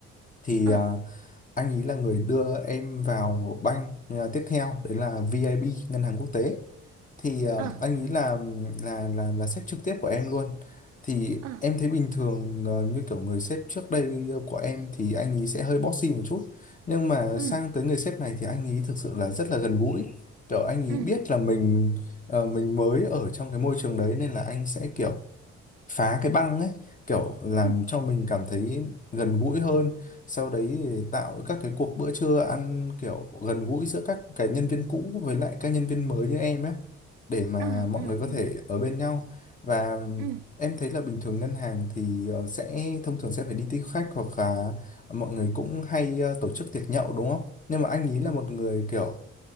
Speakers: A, on the left; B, on the right.
A: thì
B: ờ
A: ờ, anh ý là người đưa em vào bank ờ, tiếp theo đấy là VIB ngân hàng quốc tế thì ờ,
B: ờ
A: anh nghĩ là là là là sếp trực tiếp của em luôn thì
B: ờ.
A: em thấy bình thường ờ, như kiểu người sếp trước đây của em thì anh ấy sẽ hơi bossy một chút nhưng mà
B: ừ
A: sang tới người sếp này thì anh ấy thực sự là rất là gần gũi kiểu anh ấy
B: ừ
A: biết là mình ờ, mình mới ở trong cái môi trường đấy nên là anh sẽ kiểu phá cái băng ấy kiểu làm
B: ừ
A: cho mình cảm thấy gần gũi hơn sau đấy thì tạo các cái cuộc bữa trưa ăn kiểu gần gũi giữa các cái nhân viên cũ với lại các nhân viên mới như em ấy để mà
B: ừ
A: mọi
B: ừ
A: người có
B: ừ
A: thể ở bên nhau và
B: ừ
A: em thấy là bình thường ngân hàng thì ờ, sẽ thông thường sẽ phải đi tiếp khách hoặc là mọi người cũng hay ờ, tổ chức tiệc nhậu đúng không nhưng mà anh ý là
B: ừ.
A: một người kiểu